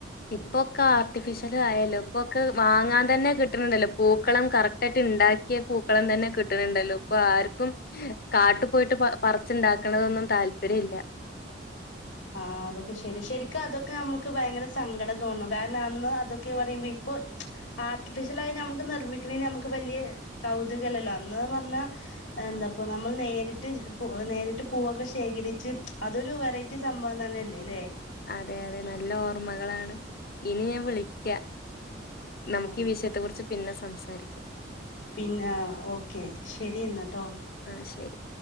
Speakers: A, on the left; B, on the left.
A: ഇപ്പൊക്കെ ആർട്ടിഫിഷ്യല് ആയല്ലോ ഇപ്പൊക്കെ വാങ്ങാൻ തന്നെ കിട്ടണ്ണ്ടല്ലോ പൂക്കളം കറക്റ്റ് ആയിട്ട് ഇണ്ടാക്കിയ പൂക്കളം തന്നെ കിട്ട്ണ് ണ്ടല്ലോ ഇപ്പൊ ആർക്കും കാട്ടി പോയിട്ട് പ പറിച്ചു ഇണ്ടാക്കണത് ഒന്നും താല്പര്യല്ല
B: ആ അതൊക്കെ ശരി ശരിക്ക അതൊക്കെ നമുക്ക് ഭയങ്കര സങ്കടം തോന്നും. കാരണം അന്ന് അതൊക്കെ പറയുമ്പോ ഇപ്പൊ ആർട്ടിഫിഷ്യൽ ആയി. നമുക്ക് നിർമ്മിക്കണന്. നമുക്ക് വലിയ കൗതുകല്ലല്ലോ. അന്ന്ന്ന് പറഞ്ഞാ എന്താപ്പ നമ്മൾ നേരിട്ട് നേരിട്ട് പൂവൊക്കെ ശേഖരിച്ച്. അതൊരു വെറൈറ്റി. <unintelligible> സംഭവം തന്നല്ലേ ലെ
A: അതെ അതെ നല്ല ഓർമ്മകളാണ് ഇനി ഞാൻ വിളിക്ക നമുക്ക്
B: ആഹ്
A: ഈ വിഷയത്തെ കുറിച്ച് പിന്നെ സ സംസാരിക്കാം
B: പിന്നെ ഓക്കെ ശരി എന്നട്ടോ.
A: ആഹ് ശരി